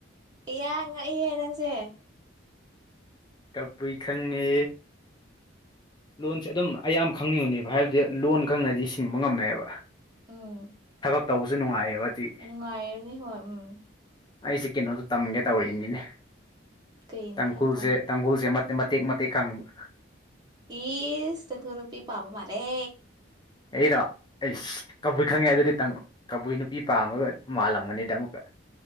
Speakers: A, on the right; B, on the left.
A: ꯏꯌꯥ ꯉꯛꯏꯍꯦ ꯅꯪꯁꯦ
B: ꯀꯕꯨꯏ ꯈꯪꯉꯦ ꯂꯣꯟꯁꯦ ꯑꯗꯨꯝ ꯑꯌꯥꯝꯕ ꯈꯪꯉꯝꯅꯦꯕ ꯍꯥꯏꯕꯗꯤ ꯂꯣꯟ ꯈꯪꯉꯗꯤ ꯁꯤꯡꯕ ꯉꯝꯃꯦꯕ
A: ꯎꯝ
B: ꯊꯕꯛ ꯇꯧꯕꯁꯨ ꯅꯨꯡꯉꯥꯏꯌꯦꯕ ꯑꯗꯨꯗꯤ
A: ꯅꯨꯡꯉꯥꯏꯕꯅꯦ ꯍꯣꯏ ꯎꯝ
B: ꯑꯩꯁꯦ ꯀꯩꯅꯣꯁꯨ ꯇꯝꯒꯦ ꯇꯧꯔꯤꯅꯤꯅꯦ
A: ꯀꯩ
B: ꯇꯥꯡꯈꯨꯜꯁꯦ
A: ꯈꯔ ꯇꯝꯃꯨ
B: ꯇꯥꯡꯈꯨꯜꯁꯦ ꯃꯠ ꯃꯇꯦꯛ ꯃꯇꯦꯛ ꯀꯪꯕ
A: ꯏꯁ ꯇꯥꯡꯈꯨꯜ ꯅꯨꯄꯤ ꯄꯥꯝꯕ ꯃꯥꯜꯂꯦ
B: ꯑꯩꯔꯣ ꯏꯁ ꯀꯕꯨꯏ ꯈꯪꯉꯦ ꯑꯗꯨꯗꯤ ꯅꯪ ꯀꯕꯨꯏ ꯅꯨꯄꯤ ꯄꯥꯝꯕꯒ ꯃꯥꯜꯂꯝꯒꯅꯤꯗ ꯑꯃꯨꯛꯀ